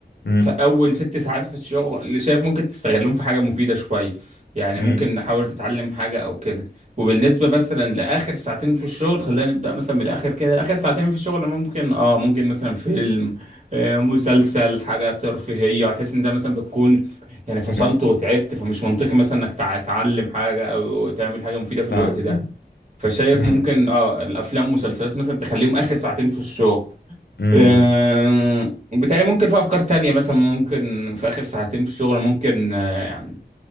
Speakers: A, on the left; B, on the right.
A: أمم،
B: في أول ست ساعات في الشغل اللي شايف ممكن تستغلهم في حاجة مفيدة شوية يعني
A: أمم،
B: ممكن نحاول تتعلم حاجة أو كده وبالنسبة مثلا لآخر ساعتين في الشغل خلينا نبدأ مثلا من الآخر كده آخر ساعتين في الشغل ممكن آه ممكن مثلا فيلم آه مسلسل حاجة ترفيهية أحس إن ده مثلا بتكون يعني فصلت
A: أمم،
B: وتعبت فمش منطقي مثلا إنك تع- تتعلم حاجة أو تعمل حاجة مفيدة في الوقت
A: فاهمك
B: ده
A: آه.
B: فشايف
A: أمم،
B: ممكن آه الأفلام مسلسلات مثلا تخليهم آخر ساعتين في الشغل
A: أمم،
B: أم،
A: أمم،
B: وبالتالي ممكن في افكار تانية مثلا ممكن في اخر ساعتين في الشغل ممكن أه، يعني